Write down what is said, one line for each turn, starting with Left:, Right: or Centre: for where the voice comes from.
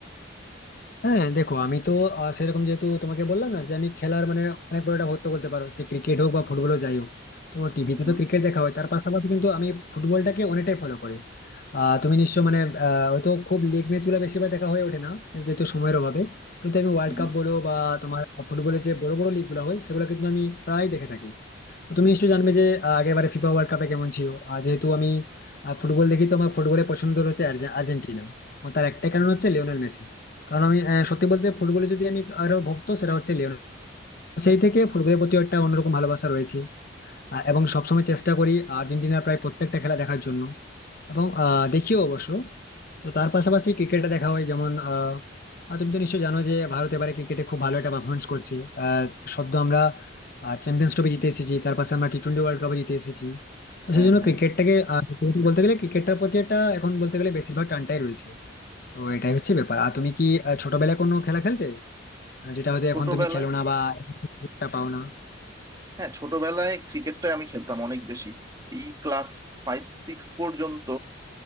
Left: হ্যাঁ দেখো আমি তো আহ, সেরকম যেহেতু তোমাকে বললাম না যে আমি খেলার মানে অনেক বড় একটা ভক্ত বলতে পারো সে ক্রিকেট হোক বা ফুটবল যাই হোক তো টিভিতে
Right: হুম
Left: তো ক্রিকেট দেখা হয় তার পাশাপাশি কিন্তু আমি ফুটবলটাকে অনেকটাই ফলো করি আহ তুমি নিশ্চয় মানে আহ, হয়তো খুব লিগ ম্যাচ গুলো বেশিরভাগ দেখা হয়ে ওঠে না যেহেতু সময়ের অভাবে কিন্তু আমি ওয়ার্ল্ড
Right: হুম
Left: কাপ বলো বা তোমার ফুটবলের যে বড় বড় লিগ গুলো হয় সেগুলো কিন্তু আমি প্রায় দেখে থাকি তো তুমি নিশ্চয়ই জানবে যে আহ, আগের বারে ফিফা ওয়ার্ল্ড কাপে কেমন ছিল আর যেহেতু আমি আহ, ফুটবল দেখি তো আমার ফুটবলের পছন্দ হচ্ছে আর্জে- আর্জেন্টিনা আমার তার একটাই কারণ হচ্ছে লিওনেল মেসি কারণ আমি আহ, সত্যি বলতে ফুটবলে যদি আমি আরো ভক্ত সেটা হচ্ছে লিওনেল সেই থেকে ফুটবলের প্রতি একটা অন্যরকম ভালোবাসা রয়েছে আহ, এবং সবসময় চেষ্টা করি আর্জেন্টিনার প্রায় প্রত্যেকটা খেলা দেখার জন্য এবং আহ, দেখিও অবশ্য তো তার পাশাপাশি ক্রিকেটে দেখা হয় যেমন আহ আহ, তুমি তো নিশ্চয়ই জানো যে ভারত এবারে ক্রিকেটে খুব ভালো একটা পারফরমেন্স করছে আহ সদ্য আমরা চ্যাম্পিয়ন্স ট্রফি জিতে এসেছি তার পাশে আমরা টি টোয়েন্টি ওয়ার্ল্ড কাপে জিতে এসেছি তো
Right: হ্যাঁ
Left: সেই জন্য
Right: হ্যাঁ
Left: ক্রিকেটটাকে আহ, সত্যি বলতে গেলে ক্রিকেটটার প্রতি একটা এখন বলতে গেলে বেশিরভাগ টানটাই রয়েছে তো এটাই হচ্ছে ব্যাপার আর তুমি কি আহ, ছোটবেলায় কোনো খেলা খেলতে আহ, যেটা হয়তো
Right: ছোটবেলায়
Left: এখন তুমি খেলো না বা এখন তুমি সুযোগটা পাও না
Right: হ্যাঁ ছোটবেলায় ক্রিকেটটা আমি খেলতাম অনেক বেশি এই ক্লাস ফাইভ সিক্স পর্যন্ত